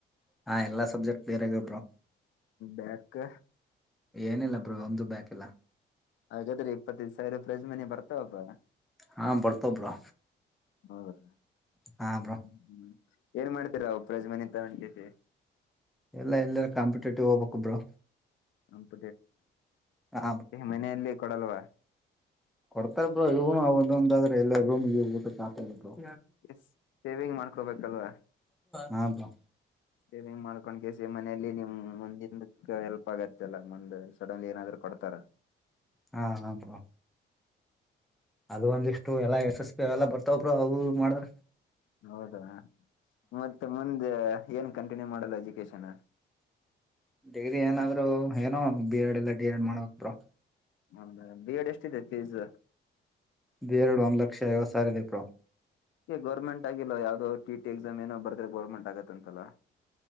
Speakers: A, in the centre; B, on the left (about 75°).
A: ಹಾ ಎಲ್ಲಾ ಸಬ್ಜೆಕ್ಟ್ <unintelligible> ಆಗ್ಯಾವ ಬ್ರೋ
B: ಬ್ಯಾಕ್
A: ಏನಿಲ್ಲ. ಬ್ರೋ ಒಂದು ಬ್ಯಾಕ್ ಇಲ್ಲ.
B: ಹಾಗಾದ್ರೆ ಇಪ್ಪತ್ತೈದು ಸಾವಿರ ಪ್ರೈಜ್ ಮನಿ ಬರ್ತಾವಪ್ಪ.
A: ಹಾ ಬರ್ತಾವ ಬ್ರೋ
B: ಹೌದಾ
A: ಹಾ ಬ್ರೋ.
B: ಹ್ಮ್ ಏನ್ ಮಾಡ್ತೀರ ಅವು ಪ್ರೈಸ್ ಮನಿ ತಗೊಂಡ್ ಕೇಶಿ.
A: ಎಲ್ಲಾ ಎಲ್ಲರ ಕಾಂಪಿಟೇಟಿವ್ ಹೋಗ್ಬೇಕು ಬ್ರೋ.
B: <unintelligible>
A: ಹಾ
B: ನಿಮ್ ಮನೆಯಲ್ಲಿ ಕೊಡಲ್ವಾ.
A: ಕೊಡ್ತಾರ್ ಬ್ರೋ ಇದುನು ಅವರದೊಂದ್ ಆದ್ರ ಎಲ್ಲಾ ರೂಮ್ಗ್ ಊಟಕ್ಕೆ <unintelligible>
B: ಎಸ್ ಸೆವಿಂಗ್ ಮಾಡ್ಕೋಬೇಕಲ್ವಾ
A: ಹಾ ಬ್ರೋ
B: ಸೆವಿಂಗ್ ಮಾಡ್ಕೊಂಡ್ ಕಿಸಿ ಮನೇಯಲ್ಲಿ ನಿಮ್ ಮುಂದಿಂದಕ್ಕ ಎಲ್ ಪ್ಪಾಗತಲ್ಲ ಮುಂದ್ ಸಡನ್ಲಿ ಏನಾದರು ಕೊಡ್ತಾರ.
A: ಹಾ ಹಾ ಬ್ರೋ. ಅದು ಒಂದಿಷ್ಟು ಎಲ್ಲಾ ಎಸ್-ಎಸ್-ಪಿ ಎಲ್ಲ ಬರ್ತಾವ್ ಬ್ರೋ ಅವು ಇವು ಮಾಡದ್ರ.
B: ಹೌದಾ ಮತ್ತ ಮುಂದ ಏನ್ ಕಂಟಿನ್ಯೂ ಮಾಡಲ್ಲ ಎಜುಕೇಶನ.
A: ಡಿಗ್ರಿ ಏನಾದ್ರು ಏನೋ ಬಿ-ಎಡ್ ಇಲ್ಲ ಡಿ-ಎಡ್ ಮಾಡ್ಬೇಕ್ ಬ್ರೋ.
B: ಹೌದಾ ಬಿ-ಎಡ್ ಎಷ್ಟಿದೆ ಫೀಸ್.
A: ಬಿ-ಎಡ್ ಒಂದ್ ಲಕ್ಷ ಐವತ್ತ್ ಸಾವರ ಇದೆ ಬ್ರೋ.
B: ಎ ಗೌರ್ಮೆಂಟ್ ಆಗಿಲ್ಲ ಯಾವ್ದೋ ಟಿ-ಟಿ ಎಕ್ಸಾಮ್ ಏನೋ ಬರ್ದ್ರೆ ಗೌರ್ಮೆಂಟ್ ಆಗತ್ ಅಂತಲ್ಲ.